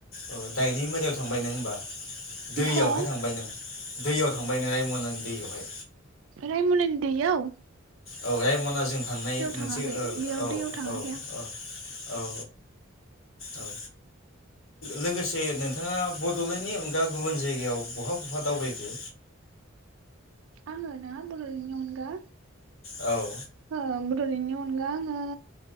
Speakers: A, on the left (about 85°); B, on the right (about 75°).
A: औ दायनि मोदायाव थांबाय नों होमबा दैयावहाय
B: हो
A: थांबाय नों दैयाव थांबाय नों रायम'नानि दैयावहाय
B: रायम'नानि दैआव
A: औ रायमनाजों थांनाय मोनसे
B: थाङाखै
A: औ
B: बेयाव
A: औ
B: दैयाव थाङाखै
A: औ
B: आं
A: औ औ औ लोगोसे नों नोंथाङा बड'लेण्डनि अनगा गुबुन जायगायाव बहा बहा दावबायखो?
B: आङो ना बडलेण्डनि अनगा?
A: औ
B: बड'लेण्डनि अनगा आङो